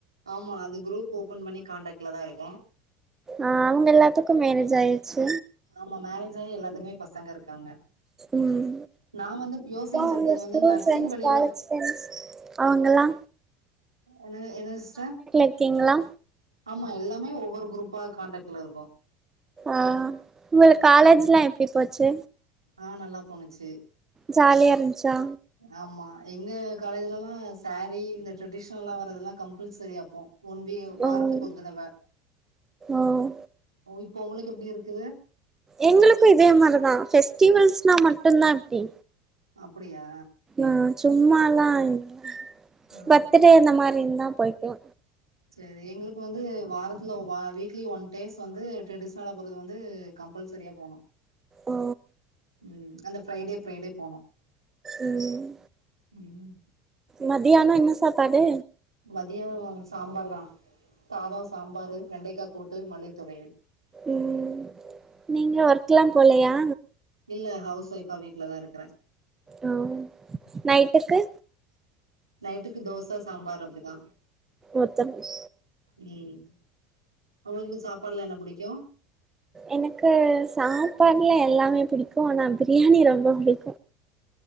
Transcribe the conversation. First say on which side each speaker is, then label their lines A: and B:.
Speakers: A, on the right; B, on the right.
A: ஆமா அது குரூப் ஓபன் பண்ணி காண்டாக்ட்லதா இருக்கோ
B: அ அவுங்க எல்லாத்துக்கு மேரேஜ் ஆயிர்ச்சி
A: ஆமா மேரேஜாயி எல்லாத்துக்குமே பசங்க இருக்காங்க
B: ம்
A: நா வந்து பியூர் சயின்ஸ்
B: ப்றோ உங்க
A: எடுத்தது
B: ஸ்கூல்
A: வந்து நர்சிங்
B: ஃப்ரெண்ஸ்
A: வழில
B: காலேஜ் ஃப்ரெண்ட்ஸ் அவுங்கல்லா
A: என்னங்க என்னங்க சிஸ்டர்
B: இருக்கீங்களா
A: ஆமா எல்லாமே ஒவ்வொரு குரூப்பா காண்டக்ட்ல இருக்கோ
B: அ உங்குளுக் காலேஜ்லா எப்டி போச்சு
A: அ நல்லா போணுச்சு
B: ஜாலியா இருந்ச்சா
A: ஆமா எங்க காலேஜ்லல்லா சேரீ இந்த ட்ரெடிஷ்னல்லா வரதெல்லா கம்பல்சரி அப்போ ஒன் வி வாரத்துக்கு
B: ம்
A: ஒரு தடவ
B: ம்
A: இப்போ உங்குளுக்கு எப்டி இருக்குது
B: எங்களுக்கு இதே மாரிதா ஃபெஸ்டிவல்ஸ்னா மட்டுந்தா இப்டி
A: அப்படியா
B: அ சும்மால்லா இல்ல
A: ஆ
B: பர்த்துடே இந்த மாரிந்தா போய்க்குவோ
A: சேரி எங்குளுக்கு வந்து வாரத்துல வ வீக்லி ஒன் டேஸ் வந்து ட்ரெடிஷ்னலா போறது வந்து கம்பல்சரியா போனு
B: ஓ
A: ம் அந்த ஃப்ரைடே ஃப்ரைடே போனு
B: ம்
A: ம்
B: மத்தியானோ என்ன சாப்பாடு
A: மதியோ சாம்பார்தா சாதோ சாம்பாரு வெண்டைக்கா கூட்டு மல்லித்தொவையல்
B: ம் நீங்க ஒர்க்லா போலயா
A: இல்ல ஹவுஸ் ஒய்ஃபா வீட்லதா இருக்கற
B: அ நைட்டுக்கு
A: நைட்டுக்கு தோச சாம்பார் அப்டிதா
B: ஒர்த்தங்கள்
A: ம் உங்குளுக்கு சாப்பாட்லா என்ன புடிக்கு
B: எனக்கு சாப்பாட்ல எல்லாமே பிடிக்கு ஆனா பிரியாணி ரொம்ப பிடிக்